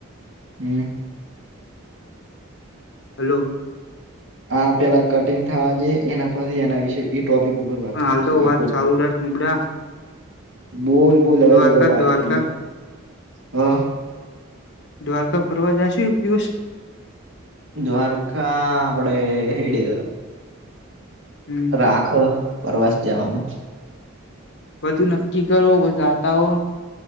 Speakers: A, on the right; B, on the left.
A: હમ.
B: હલો.
A: આ પેલા કટિંગ થવા જે એના પછી એના વિશે. એ ટોપિક ઉપર વાત
B: પણ
A: કરશે
B: હાલ તો
A: આખો
B: વાત
A: ઉપ
B: સૌરાષ્ટ્ર નુબડા
A: બોલ. બોલ હવે
B: દ્વારકા
A: તો કોઈ બાપ
B: દ્વારકા
A: જ નહી હા.
B: દ્વારકા ફરવા જાશુ એક દિવસ,
A: દ્વારકા આપડે હેડી.
B: હમ.
A: આખ પ્રવાસ જવાનું.
B: બધું નક્કી કરો બ ગાતા હો,